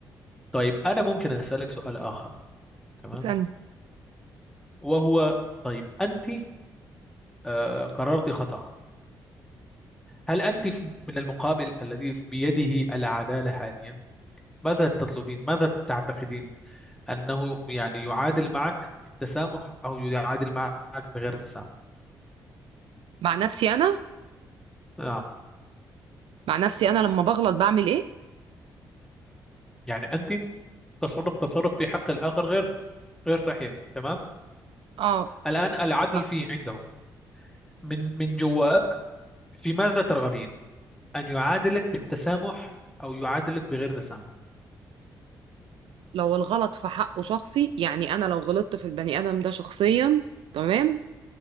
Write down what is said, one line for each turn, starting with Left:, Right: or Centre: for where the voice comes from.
Centre: طيب أنا ممكن أسألك سؤال آخر تمام
Right: اسألني
Centre: وهو طيب أنت آه، قررت خطأ هل أنت في- من المقابل الذي بيده العدالة حاليا ماذا تطلبين ماذا تعتقدين أنه يعني يعادل معك بالتسامح أو يعادل معك بغير تسامح
Right: مع نفسي أنا
Centre: نعم
Right: مع نفسي أنا لما بغلط بعمل إيه؟
Centre: يعني أنت تصرف تصرف في حق الآخر غير غير صحيح تمام
Right: آه
Centre: الآن العدل
Right: ب-
Centre: فيه عنده من من جواك في ماذا ترغبين أن يعادلك بالتسامح أو يعادلك بغير تسامح
Right: لو الغلط في حقه شخصي يعني أنا لو غلطت في البني آدم ده شخصيا تمام